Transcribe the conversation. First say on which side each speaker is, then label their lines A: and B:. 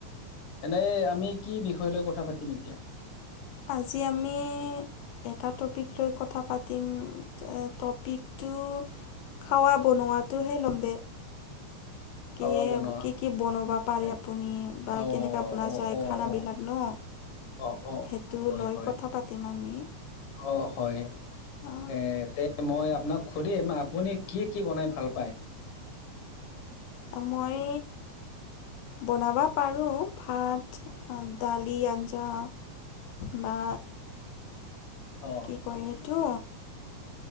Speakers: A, on the left; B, on the left.
A: এনে আমি কি বিষয় লৈ কথা পাতিম এতিয়া।
B: আজি আমি এটা টপিক লৈ কথা পাতিম। টপিকটো খাৱা বনোৱাটো হে লম দে।
A: খোৱা
B: কি
A: বনোৱা।
B: কি কি বনাব পাৰে
A: এ
B: আপুনি বা
A: অ অ অ
B: কেনেকে বনা যায়। খানাবিলাক
A: অ
B: ন,
A: অ অ অ অ
B: সেইটো
A: হয়
B: লৈ
A: হয়
B: কথা পাতিম আমি।
A: অ হয়
B: অঁ
A: এ তে মই আপোনাক শুধিম আপুনি কি কি বনাই ভাল পায়।
B: অ মই বনাব পাৰোঁ ভাত, দালি, আঞ্জা। বা
A: অ।
B: ক সেইটো,